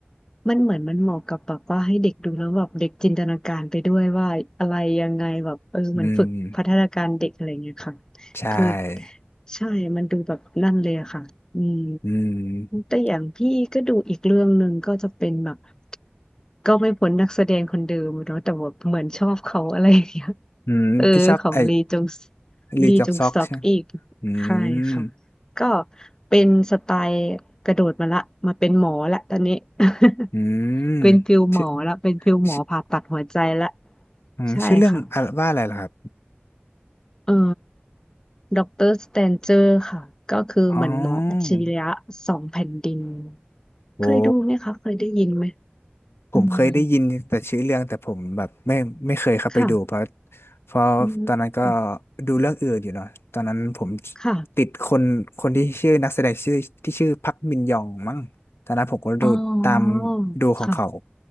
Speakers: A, on the left (about 20°); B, on the left (about 85°).
A: มันเหมือนมันเหมาะกับแบบว่าให้เด็กดูแล้วแบบเด็กจินตนาการไปด้วยว่าอะไรยังไงแบบเออเหมันฝึกพัฒนาการเด็กอะไรเงี้ยค่ะ
B: อืมใช่
A: คือใช่มันดูแบบนั่นเลยอะค่ะอืม
B: อืม
A: แต่อย่างพี่ก็ดูอีกเรื่องหนึ่งก็จะเป็นแบบก็ไม่พ้นนักแสดงคนเดิมเนาะแต่ว่าเหมือนชอบเขาอะไรอย่างเงี้ย
B: อืมพี่ชอบไอ้
A: เออของลีจง
B: ลีจอกซอกใช่ไหม
A: ลีจงซอกอีก
B: อื
A: ใช่ค่ะ
B: ม
A: ก็เป็นสไตล์กระโดดมาละมาเป็นหมอละตอนนี้ <laughs>
B: อืม
A: เป็นฟิลหมอละเป็นฟิลหมอผ่าตัดหัวใจละ
B: ชื่อชื่ออืมชื่อเรื่องอะไรว่าอะไรล่ะครับ
A: ใช่ค่ะเอ่อด็อกเตอร์สแตนเจอร์ค่ะก็คือเหมือนหมออัจฉริยะสองแผ่นดิน
B: อ๋อ โอ้
A: เคยดูไหมคะเคยได้ยินไหม
B: ผมเคยได้ยินแต่ชื่อเรื่องแต่ผมแบบไม่ไม่เคยเข้าไปดูเพราะ
A: อืมค่ะ
B: เพราะตอนนั้นก็
A: อืม
B: ดูเรื่องอื่นอยู่เนาะตอนนั้นผม
A: ค่ะ
B: ติดคนคนที่ชื่อนักแสดงชื่อที่ชื่อพักมินยองมั้งตอนนั้นผมก็ดูตาม
A: อ๋อ
B: ดูของเขา
A: ค่ะ